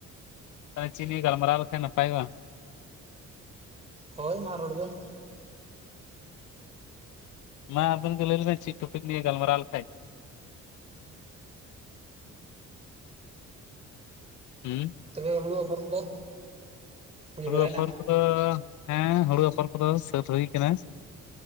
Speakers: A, on the left; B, on the right.
A: ᱪᱤ ᱱᱤᱭᱟᱹ ᱜᱟᱞᱢᱟᱨᱟᱣ ᱞᱮᱠᱷᱟᱱ ᱱᱟᱯᱟᱭᱚᱜᱼᱟ
B: ᱦᱳᱭ ᱢᱟ ᱨᱚᱲ ᱵᱮᱱ
A: ᱢᱟ ᱟᱵᱮᱱ ᱜᱮ ᱞᱟᱹᱭ ᱞᱮᱵᱤᱱ ᱪᱮᱫ ᱴᱚᱯᱤᱠ ᱱᱤᱭ ᱜᱟᱞᱢᱟᱨᱟᱣ ᱞᱮᱠᱷᱟᱡ ᱦᱩᱸ
B: ᱛᱚᱵᱮ ᱦᱩᱲᱩ ᱟᱯᱷᱚᱨ ᱠᱚᱫᱚ ᱦᱩᱭ
A: ᱦᱩᱲᱩ
B: ᱵᱟᱲᱟᱭᱮᱱᱟ
A: ᱟᱯᱷᱚᱨ ᱠᱚᱫᱚ ᱦᱮᱸ ᱦᱩᱲᱩ ᱟᱯᱷᱚᱨ ᱠᱚᱫᱚ ᱥᱟᱹᱛ ᱦᱩᱭ ᱠᱟᱱᱟ